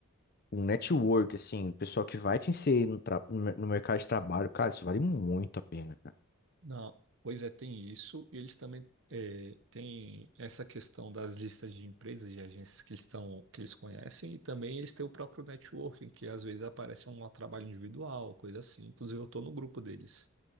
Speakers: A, on the left; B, on the right.
A: um network, assim, um pessoal que vai te inserir no, tra- no mer- no mercado de trabalho, cara, isso vale muito a pena, cara.
B: Não, pois é, tem isso, e eles também é, têm essa questão das listas de empresas e agências que estão, que eles conhecem, e também eles têm o próprio networking, que às vezes aparece um trabalho individual, coisa assim. Inclusive, eu estou no grupo deles.